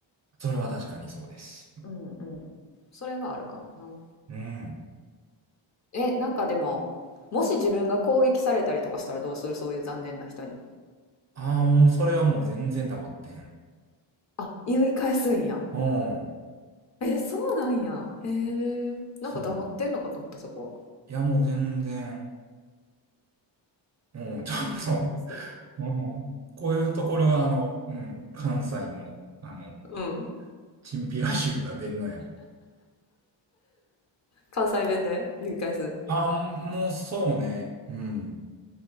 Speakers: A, on the right; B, on the left.
A: それは確かにそうです。
B: うんうん。それはあるかもな。
A: うん。
B: え、なんかでも、もし自分が攻撃されたりとかしたらどうするそういう残念な人に。
A: ああ、もうそれはもう全然黙ってん。
B: あ、言い返すんや。
A: うん。
B: え、そうなんや。へえ。なんか黙ってんのかと思った、
A: そう。
B: そこは。
A: いや、もう全然。うん、ちょっと、
B: 言い返す
A: うん。こういうところが、あの、うん、関西の、あの、
B: うん。
A: チンピラ臭が出んのや。
B: 関西弁で言い返す。
A: ああ、もうそうね。うん。